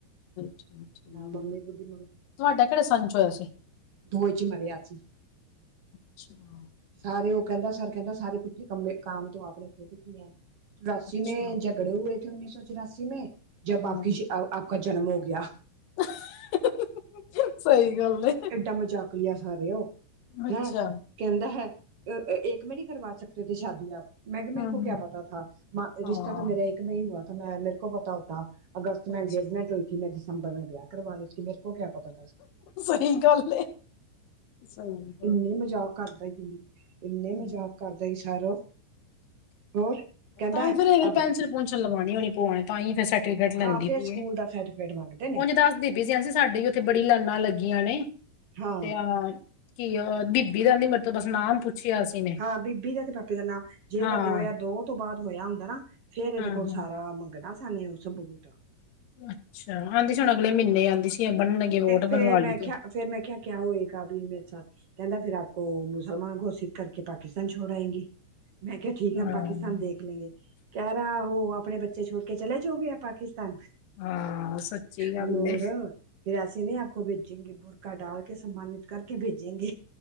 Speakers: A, on the left (about 60°); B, on the right (about 45°).
A: ਠੀਕ ਠੀਕ
B: ਨਾ ਮੰਮੀ ਬੁੱਢੀ
A: ਤੁਹਾਡਾ ਕਿਹੜੇ ਸੰਨ ਚ ਹੋਇਆ ਸੀ
B: ਦੋਏ 'ਚ ਮਰਿਆ ਸੀ।
A: ਅਛਾ-
B: ਸਾਰੇ ਉਹ ਕਹਿੰਦਾ ਸਰ ਕਹਿੰਦਾ ਸਾਰੇ ਪੁੱਠੇ ਕਾਮ ਤੋਂ ਆਪਣੇ ਖੁਦ ਕੀਤਾ ਹੈ ਚੁਰਾਸੀ
A: ਅੱਛਾ
B: ਮੈ ਜ ਖੜੇ ਹੋਏ ਉਨੀ ਸੌ ਚੁਰਾਸੀ ਮੇ ਜਬ
A: ਹਮ
B: ਆਪ ਕਾ ਜਨਮ ਹੋ ਗਿਆ।
A: <inaudible> ਸਹੀ ਗੱਲ ਏ
B: ਏਡਾ ਮਜਾਕ ਲਿਆ ਸਾਰੇ ਉਹ
A: ਅੱਛਾ
B: ਹੈਂ।
A: ਹਮ
B: ਕਹਿੰਦਾ ਹੈ ਇਕ ਮੇ ਨਹੀ ਕਰਵਾ ਸਕਦੇ ਸ਼ਾਦੀ ਆਪ ਮੈਂ ਕਿਹਾ ਮੇਰੇ ਕੋ
A: ਹਮ
B: ਕਿਆ ਪਤਾ ਥਾ
A: ਹਾਂ
B: ਰਿਸ਼ਤਾ ਤਾਂ ਮੇਰੇ ਇਕ ਨਾਲ ਹੀ ਹੂਆ ਥਾ ਮੈ ਮੇਰੇ ਕੋ ਪਤਾ ਅਗਸਤ
A: ਅੱਛਾ
B: ਅੰਗੇਜਮੈਂਟ ਹੋਈ ਸੀ ਮੈ ਦਸੰਬਰ ਮੈਂ ਵਿਆਹ ਕਰਵਾ ਲੇਤੀ ਮੇਰੇ ਕੋ ਕਿਆ ਪਤਾ
A: ਸਹੀ ਗੱਲ ਏ ਸਹੀ ਗੱਲ
B: ਇਨੇ ਮਜ਼ਾਕ ਕਰਦਾ ਕਿ ਇਨੇ
A: ਹਮ
B: ਮਜ਼ਾਕ ਕਰਦਾ ਸੀ ਸਾਰੋ ਹੋਰ ਕਹਿੰਦਾ
A: ਤਾਂ ਹੀ ਫਿਰ ਫਿਰ
B: ਅਬ
A: ਪੈਨਸ਼ਨ ਪੁਸਸ਼ਨ ਲਵਾਉ ਹੋਣੀ ਭੂਆ ਤਾਹੀ ਫਿਰ ਸਰਟੀਫਿਕੇਟ
B: ਹਾਂ
A: ਲੈਂਦੀ
B: ਫੇਰ
A: ਫਈ
B: ਸਕੂਲ ਦਾ ਸਰਟੀਫਿਕੇਟ ਮੰਗਦੇ ਨੇ
A: ਉਝ ਦਸਦੀ ਪੀ ਸੀ ਸਾਡੇ ਉਥੇ ਬੜੀ ਲਾਈਨਾ ਲਗੀਆਂ ਨੇ
B: ਹਾਂ
A: ਤੇ ਆਹ ਕੀ ਬੀਬੀ ਦਾ ਮੇਤੋਂ ਬਸ ਨਾਮ ਪੁਛਿਆ ਸੀ। ਨੇ
B: ਹਾਂ ਬੀਬੀ ਦਾ ਤੇ ਪਾਪੇ ਦਾ ਨਾਂ ਜੇ
A: ਹਾਂ
B: ਤਾਂ ਦੋ ਹਜਾਰ ਦੋ ਤੋਂ ਬਾਆਦ ਹੋਇਆ ਹੁੰਦਾ ਨਾ ਫੇਰ ਇਹਦੇ
A: ਹਾਂ
B: ਕੋਲ
A: ਹਾਂ।
B: ਸਾਰਾ ਮੰਗਣਾ ਸੀ ਉ ਸਬੂਤ
A: ਅਛਾ ਆਉਦੀ ਹੁਣ ਅਗਲੇ ਮਹੀਨੇ ਆਉਦੀ ਸੀ। ਬਣਨਗੇ ਵੋਟ
B: ਫੇਰ
A: ਬਣਵਾ ਲਈ
B: ਮੈਂ
A: ਤੂੰ।
B: ਕਿਹਾ ਫੇਰ ਮੈਂ ਕਿਹਾ ਕਿਆ ਹੋਏਗਾ ਵੀ ਮੇਰੇ 'ਚ- ਕਹਿਦਾ ਫਿਰ ਆਪ ਕੋ ਮੁਸਲਮਾਨ ਘੋਸ਼ਿਤ ਕਰਕੇ ਪਾਕਿਸਤਾਨ ਛੋੜ ਆਏਗੇ। ਮੈਂ ਕਿਹਾ ਠੀਕ
A: ਹਾਂ
B: ਹੈ। ਹਮ ਪਾਕਿਸਤਾਨ ਦੇਖ ਲੈਗੇ। ਕਹਿ ਰਿਹਾ ਉਹ, ਆਪਣੇ ਬੱਚੇ ਛੋੜ ਕੇ ਚਲੇ ਜਾਓਗੇ ਆਪ ਪਾਕਿਸਤਾਨ।
A: ਹਾਂ ਸੱਚੀ ਗੱਲ
B: ਹੋਰ
A: ਏ।
B: ਫਿਰ ਐਸੇ ਨਹੀਂ ਆਪ ਕੋ ਭੇਜੀਗੀ, ਬੁਰਕਾ ਡਾਲ ਕੇ ਸਮਾਨ ਕਰਕੇ ਭੇਜੇਂਗੇਂ।